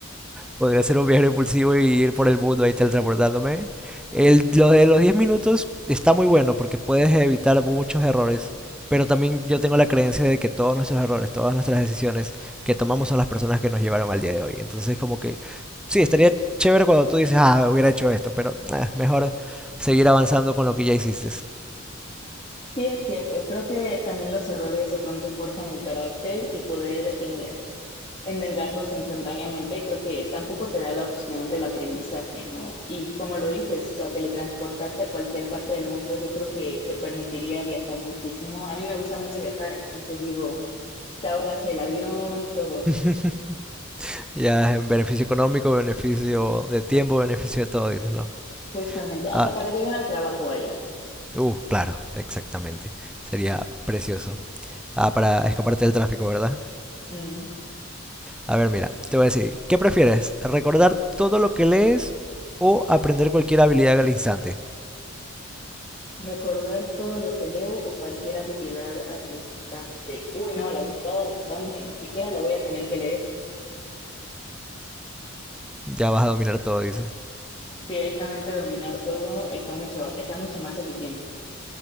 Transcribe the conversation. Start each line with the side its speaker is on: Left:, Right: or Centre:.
Centre: Podría ser un viaje impulsivo y ir por el mundo ahí teletransportándome. El, lo de los 10 minutos está muy bueno porque puedes evitar muchos errores. Pero también yo tengo la creencia de que todos nuestros errores, todas nuestras decisiones que tomamos son las personas que nos llevaron al día de hoy. Entonces como que sí, estaría chévere cuando tú dices, ah, hubiera hecho esto, pero ah, mejor seguir avanzando con lo que ya hiciste.
Left: Sí, es cierto. Creo que también los errores de pronto forjan el carácter y poder eh, enmendarlos instantáneamente, creo que tampoco te da la opción del aprendizaje, ¿no? Y como lo dices, o sea, teletransportarte a cualquier parte del mundo, yo creo que te permitiría viajar muchísimo. A mí me gusta mucho viajar, entonces digo, te ahorras el avión, todo,
Centre: <laughs> Ya es beneficio económico, beneficio de tiempo, beneficio de todo, dices, ¿no?
Left: justamente, hasta
Centre: Ah,
Left: para llegar al trabajo, vaya.
Centre: uh, claro, exactamente. Sería precioso. Ah, para escaparte del tráfico, ¿verdad?
Left: Mm.
Centre: A ver, mira, te voy a decir, ¿qué prefieres? ¿Recordar todo lo que lees o aprender cualquier habilidad al instante?
Left: Recordar todo lo que leo o cualquier habilidad al instante. Uy, no, la habilidad al instante, ni siquiera la voy a tener que leer.
Centre: Ya vas a dominar todo, dice.
Left: directamente dominar todo está mucho, está mucho más eficiente.